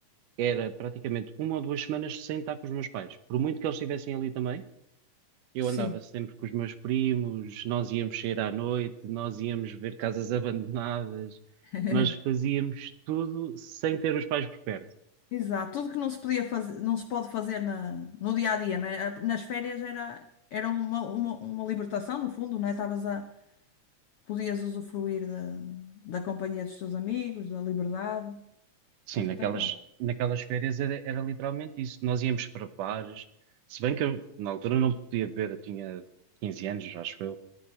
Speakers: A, on the right; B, on the left.
A: era praticamente uma ou duas semanas sem estar com os meus pais. Por muito que eles estivessem ali também eu
B: Sim.
A: andava sempre com os meus primos, nós íamos sair à noite, nós íamos ver casas <laughs> abandonadas,
B: <laughs>
A: nós fazíamos tudo sem ter os pais por perto.
B: Exato. Tudo que não se podia fazer, não se pode fazer na, no dia a dia, né? A- Nas férias era, era uma, uma, uma libertação, no fundo, né? Estavas a, podias usufruir da, da companhia dos teus amigos, da liberdade.
A: Sim,
B: Isso é
A: naquelas,
B: espetacular.
A: naquelas férias era, era literalmente isso. Nós íamos para bares, se bem que eu, na altura não podia beber, eu tinha 15 anos, acho eu,